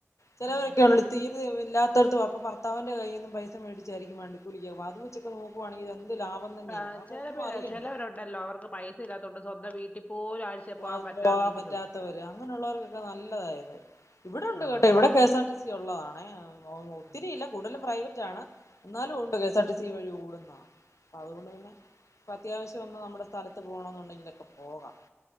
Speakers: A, on the left; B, on the left.
A: ചിലവരൊക്കെ
B: അതെ
A: ഉള്ളൂ തീരെ ഇല്ലാത്തടത്തത്ത് വന്ന് ഭർത്താന്റെ കയ്യിൽന്നും പൈസ മേടിച്ചരിക്കും വണ്ടിക്കൂലിക്ക അത് വ- നോക്കുവാണങ്കി ഇത്‌ എന്ത് ലാഭം- തന്നെയാ
B: ആ
A: കാരണം
B: ചെല
A: ഒന്നും അറിയണ്ട
B: ചെലവരുണ്ടല്ലോ അവർക്ക് പൈസ ഇല്ലാത്തൊണ്ട് സ്വന്തം വീട്ടിൽ പോലും ആഴ്ച-
A: പോ
B: പറ്റാതെ
A: പോകാൻ
B: നിൽക്കുന്നവര്
A: പറ്റാത്തവര് അങ്ങനെയുള്ളവർക്കൊക്കെ നല്ലതായത് ഇവിടെ ഉണ്ട്
B: ആ
A: കേട്ടോ ഇവിടെ- K S R T C ഉള്ളതാണേ ഒത്തിരിയില്ല
B: ആ ആ
A: കൂടുതലും പ്രൈവറ്റ്- എന്നാലും ഒണ്ട് K S R T C വഴി ഓടുന്ന അ അതുകൊണ്ട് തന്നെ- അപ്പോ അത്യാവശ്യം ഒന്ന് നമ്മുടെ സ്ഥലത്ത് പോകണമെന്നുണ്ടെങ്കിലൊക്കെ പോകാം